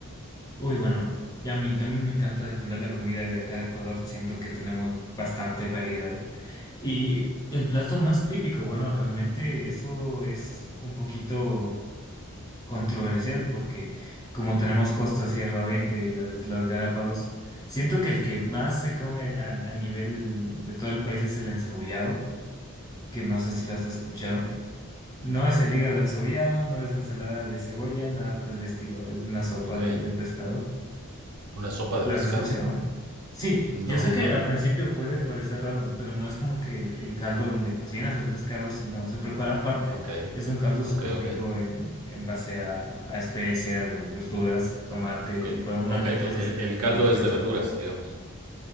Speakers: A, on the left (about 15°); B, on the right (about 85°).
A: Uy, bueno, y a mí también me encanta defender la comida de acá de Ecuador, siento que tenemos bastante variedad. Y el plato más típico, bueno, realmente eso es un poquito controversial porque como tenemos Costa, Sierra Oriente y las Islas Galápagos, siento que el que más se come a, a nivel de todo el país es el encebollado, que no sé si lo has escuchado. No es el hígado encebollado, no es ensalada de cebolla, nada por el estilo. Es una sopa
B: Ok,
A: de, de pescado.
B: una sopa
A: ¿Las
B: de pescado.
A: has escuchado? Sí, yo
B: No,
A: sé que
B: no,
A: al
B: no.
A: principio puede parecer raro, pero no es como que el, el caldo donde cocinas el pescado, sino se prepara aparte.
B: Ok,
A: Es un caldo súper
B: ok, ok.
A: rico en, en base a, a especias, a verduras, tomate,
B: Ok,
A: licuado. Bueno,
B: ok,
A: acá
B: e,
A: todo se hace
B: el,
A: como
B: el caldo
A: con refrito.
B: es de verduras, digamos.